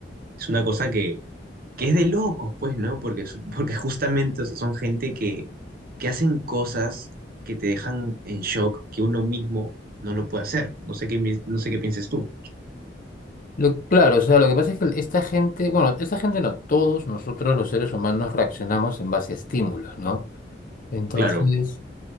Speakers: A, on the right; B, on the left.
A: es una cosa que, que es de locos, pues, ¿no? Porque, su- porque justamente, o sea, son gente que, que hacen cosas que te dejan en shock, que uno mismo no lo puede hacer. No sé qué, mi- no sé qué pienses tú.
B: Lo- claro, o sea, lo que pasa es que esta gente, bueno, esta gente no, todos nosotros los seres humanos reaccionamos en base a estímulos, ¿no? Entonces,
A: Claro.